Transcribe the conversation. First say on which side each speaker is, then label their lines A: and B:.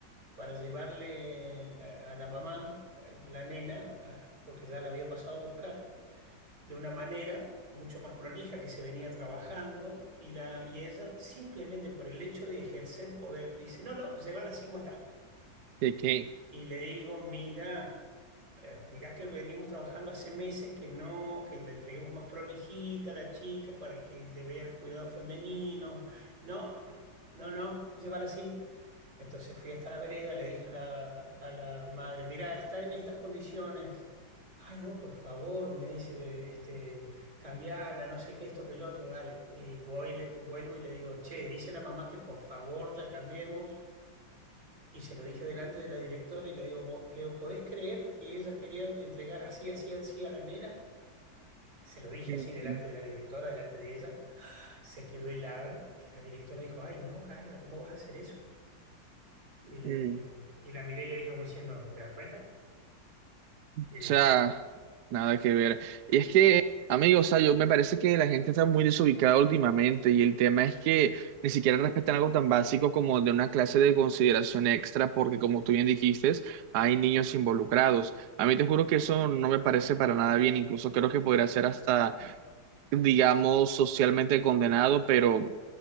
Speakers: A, on the right (about 85°); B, on the right (about 70°).
A: para llevarle eh, a, a la mamá, a la nena, a- porque ya la había pasado a buscar de una manera mucho más prolija que se venía trabajando y, la, y ella simplemente por el hecho de ejercer poder dice, no, no, llévala así como está.
B: ¿de qué?
A: Y le digo, mira, eh, mira que venimos trabajando hace meses que no, que la entreguemos más prolijita a la chica para que le vea los cuidados femeninos. No, no, no, llévala así. Entonces fui hasta la vereda, le dije a la, a la madre, mirá, está en estas condiciones. Ay, no, por favor, me dice, "ve, este, cambiala, no sé qué, esto, que el otro, dale. Y voy, le, vuelvo y le digo, che, dice la mamá que por favor la cambiemos. Y se lo dije delante de la directora y le digo, "Vo- le digo, ¿podés creer que ella quería entregar así, así, así a la nena? Se lo dije
B: Mm,
A: así delante de la directora, delante de ella. Se quedó helada. La directora dijo, ay, no, Carla, ¿cómo vas a hacer eso? Y le
B: mm.
A: dije, y la miré y le dije como diciendo, ¿te das cuenta?
B: O
A: Y
B: sea,
A: listo.
B: nada que ver. Y es que, amigos, o sea, yo me parece que la gente está muy desubicada últimamente y el tema es que ni siquiera respetan algo tan básico como de una clase de consideración extra porque, como tú bien dijiste, hay niños involucrados. A mí te juro que eso no me parece para nada bien. Incluso creo que podría ser hasta, digamos, socialmente condenado, pero...